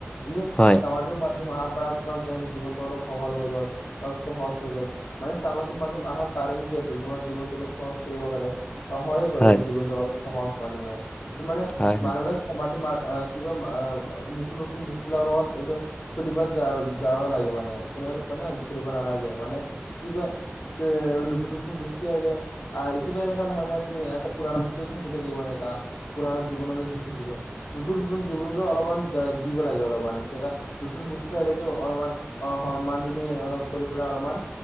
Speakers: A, on the left; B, on the left.
A: তুমি
B: হয়
A: সমাজৰ মাধ্যমৰ <unintelligible> অলপ সহল হৈ গল। অলপ সহজ হৈ গ'ল। মানে, সামাজিক মাধ্যম অহাৰ কাৰণ কি আছিল তোমাৰ জীৱনটো অলপ সহজ কৰিব পাৰে। হয়ে কৰেটো
B: হয়
A: জীৱনটো অলপ সহজ মানুহৈ সেইটো মানে
B: হয়
A: মানুহবিলাক
B: হয়
A: <unintelligible> নতুন নতুন বস্তুবিলাকৰ লগত এইটো চলিবাত যা যাবা লাগে মানে, কোনে কোনে কয় ন চলিব নালাগে মানে কি কয় পিছে, নতুন নতুন গোষ্ঠী আহিলে। আহ, এইটোতো এনেকা নহয় ন তুমি এটা পুৰণা বস্তু থাকি থাকিবা এনেকা পুৰণা জীৱনত জি থাকিবা। নতুন নতুন জীৱনতো অলমান জিব লাগে অলমান জেগা নতুন বস্তু আহিলেতো অলমান অ' সন্মানজনী কৰি পেলাই অলমান